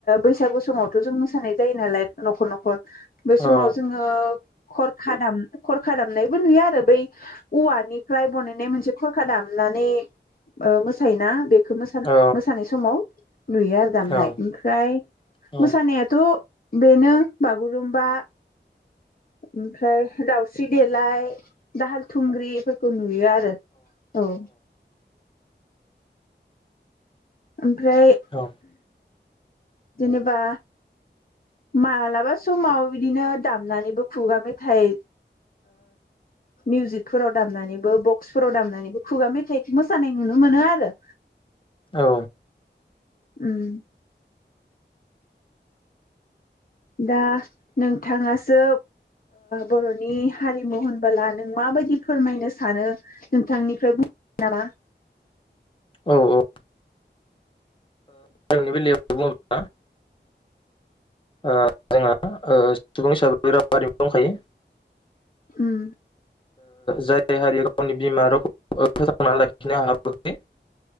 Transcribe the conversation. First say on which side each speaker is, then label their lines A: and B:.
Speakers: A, on the left; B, on the left.
A: बैसागु समावथ' जों मोसानाय जायो नालाय न'खर न'खर बै समाव
B: औ
A: जोङो खरखा दाम खरखा दामनायबो नुयो आरो बै औवानिफ्राय बानायनाय मोनसे खरखा दामनानै मोसायोना बे बे मोसानाय
B: औ
A: समाव नुयो आरो दामनाय
B: औ
A: ओमफ्राय
B: औ
A: मोसानायाथ'
B: औ
A: बेनो बागुरुमबा ओमफ्राय दाउस्रि देलाय दाहाल थुंग्रिफोरखौ नुयो आरो औ ओमफ्राय
B: औ
A: जेनेबा मालाबा समाव बिदिनो दामनानैबो खुगा मेथाइ मिउजिकफोराव दामनानैबो बक्सफोराव दामनानैबो खुगा मेथाइखौ मोसानाय नुनो मोनो आरो
B: औ
A: उम दा नोंथाङासो बर'नि हारिमु होनबोला नों माबायदि फोरमायनो सानो नोंथांनिफ्राय बुं नामा
B: औ औ आंनि बेलायाव बुङोब्ला ओ जोंहा सुबुं हिसाबै राव हारिमु दंखायो
A: उम
B: जाय हारिया गावनि बिमा रावखौ फोथांनानै लाखिनो हाबोखै